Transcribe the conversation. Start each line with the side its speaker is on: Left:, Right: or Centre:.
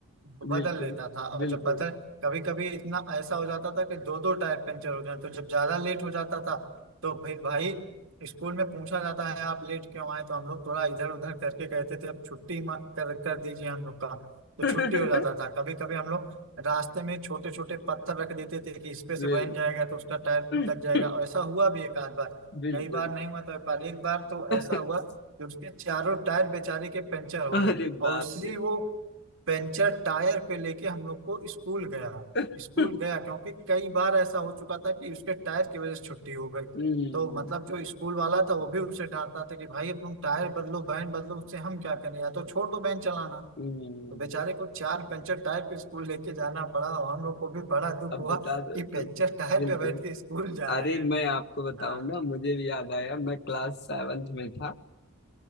Right: बदल
Left: बिल्कुल
Right: लेता था और
Left: बिल्कुल
Right: जब बदल कभी कभी इतना ऐसा हो जाता था कि दो दो टायर पंचर हो जाते तो जब ज्यादा लेट हो जाता था तो फिर भाई स्कूल में पूछा जाता है आप लेट क्यों आए तो हम लोग थोड़ा इधर उधर करके कहते थे तो अब छुट्टी मा- कर, कर दीजिए हम लोग का तो
Left: <laughs>
Right: छुट्टी हो जाता था कभी कभी हम लोग रास्ते में छोटे छोटे पत्थर रख देते थे कि इस पे से
Left: बिल्कुल
Right: बहन जाएगा तो उसका टायर
Left: <laughs>
Right: दब जाएगा और ऐसा हुआ भी एक आध बार
Left: बिल्कुल
Right: कई बार नहीं हुआ तो एक बार एक बार तो
Left: <laughs>
Right: ऐसा हुआ कि उसके चारों टायर बेचारे के पंचर हो
Left: अरे
Right: गए और
Left: बाप
Right: उसी
Left: रे
Right: वो पंचर टायर पे लेके हम लोग को स्कूल गया
Left: <laughs>
Right: स्कूल गया क्योंकि कई बार ऐसा हो चुका था कि उसके टायर की वजह से छुट्टी हो गई
Left: हम्म,
Right: तो मतलब जो स्कूल वाला था वो भी उसे डांटता था कि भाई तुम टायर बदलो बैंड बदलो उससे हम क्या करें या तो छोड़ दो बैंड चलाना
Left: हम्म,
Right: तो बेचारे को चार पंचर टायर पे स्कूल लेके जाना पड़ा और हम लोग को भी बड़ा दुख
Left: अब
Right: हुआ
Left: बता दो
Right: कि पंचर टायर
Left: बिल्कुल
Right: पे बैठ के स्कूल जा रहे
Left: अरे
Right: हैं
Left: मैं आपको बताऊं
Right: हाँ
Left: ना मुझे भी याद आया मैं क्लास सेवेंथ में था